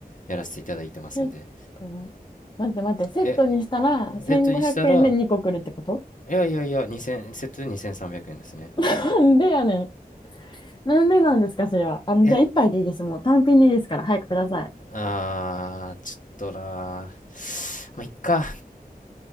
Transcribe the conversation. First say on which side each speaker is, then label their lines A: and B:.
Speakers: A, on the left (about 55°); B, on the left (about 30°).
A: やらせていただいてますんで。
B: セットな。待って待って、セットにしたら1500円で2個来るってこと
A: え、セットにしたら、いやいやいや、2000、セットで2300円ですね。
B: なんでやねん。なんでなんですか、それは。あの、
A: え、
B: じゃあ一杯でいいです。もう単品でいいですから、早くください。
A: あー、ちょっとなー。まあ、いっか。